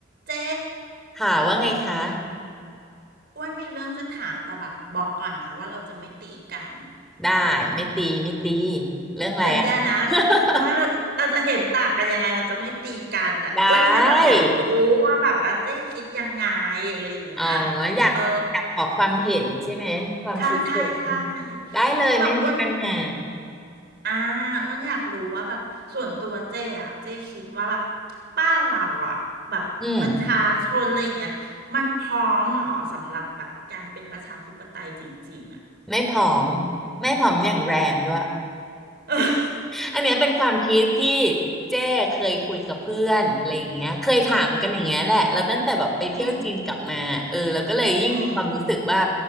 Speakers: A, on the right; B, in the centre.
A: เจ๊
B: ค่ะว่าไงคะ
A: อ้วนมีเรื่องจะถามแต่แบบบอกก่อนนะว่าเราจะไม่ตีกัน
B: ได้ไม่ตีไม่ตีเรื่องอะไรอ่ะ
A: สัญญานะ
B: <laughs>
A: ว่าเราจะเราจะเห็นต่างกันยังไงเราจะไม่ตีกันแต่อ้วนแค่แบบอยากรู้ว่าแบบอาเจ๊คิดยังไงอะไรอย่างเงี้ย
B: ได้อ๋ออยากอยากขอความเห็นใช่ไหมความคิดเห็น
A: เออใช่ใช่ใช่
B: ได้เลยไม่มีปัญหา
A: เพราะแบบอ้วนอ่าอ้วนอยากรู้ว่าแบบส่วนตัวเจ๊อะเจ๊คิดว่าแบบบ้านเราอะแบบประชาชนอะไรอย่างเงี้ยมันพร้อมเหรอสำหรับแบบการเป็นประชาธิปไตยจริงๆอะ
B: อืมไม่ผอมไม่ผอมอย่างแรงด้วย
A: <laughs>
B: อันเนี้ยเป็นความคิดที่เจ้เคยคุยกับเพื่อนอะไรอย่างเงี้ยเคยถามกันอย่างเงี้ยแหละเราตั้งแต่แบบไปเที่ยวจีนกลับมาเออเราก็เลยยิ่งมีความรู้สึกว่า
A: อืม อืม